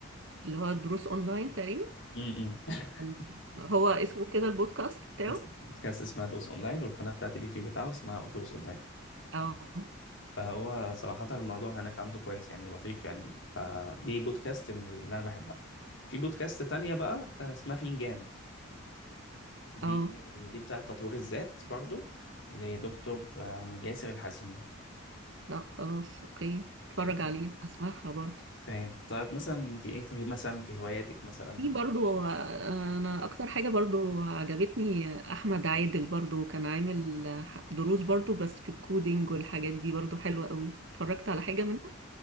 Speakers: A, on the right (about 60°); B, on the left (about 60°).
A: اللي هو دروس اونلاين تقريبا
B: م-م. <laughs>
A: ال- هو اسمه كده البودكاست بتاعه
B: اسم البودكاست اسمها دوس اونلاين والقناه بتاعت اليوتيوب بتاعه اسمها دوس اونلاين
A: اه
B: فهو صراحة الموضوع هناك عنده كويس يعني لطيف يعني فدي بودكاست من اللي أنا بحبها في بودكاست تانية بقى آه، اسمها فنجان دي
A: اه
B: دي بتاعة تطوير الذات برضو لدكتور آه، ياسر الحزيمي
A: لا خلاص اوكي اتفرج
B: إيه،
A: عليه اسمعها برضو
B: تمام طيب مثلا انت ايه في مثلا في هواياتك مثلا
A: في برضو آه، انا اكتر حاجة برضو عجبتني احمد عادل برضو كان عامل آه، دروس برضو بس في الكودينج والحاجات دي برضو حلوة قوي اتفرجت على حاجة منها